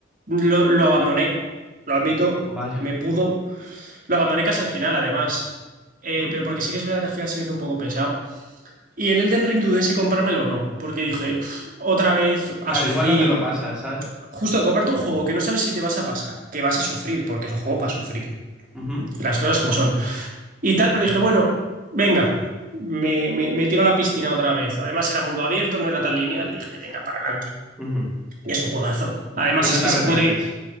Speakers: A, on the right; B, in the centre.
A: lo, lo abandoné, lo admito,
B: Vaya.
A: me pudo. Lo abandoné casi al final, además. Eh,
B: ujú,
A: pero porque sí que es verdad que al final se me hizo un poco pesado. Y el Elden Ring dudé si comprármelo o no, porque dije, "Uf, otra vez a
B: Claro,
A: sufrir.
B: igual no te lo pasas, ¿sabes?
A: Justo, comprarte un juego que no sabes si te vas a pasar, que vas a sufrir, porque es un juego para sufrir.
B: ujú,
A: Las cosas como son. y tal, pero dije, bueno, venga, me, me, me tiro a la piscina otra vez. Además era mundo abierto, no era tan lineal, dije, venga, para adelante.
B: ujú.
A: Y es un juegazo. Además
B: Y no
A: es que
B: te arrepientes.
A: se puede,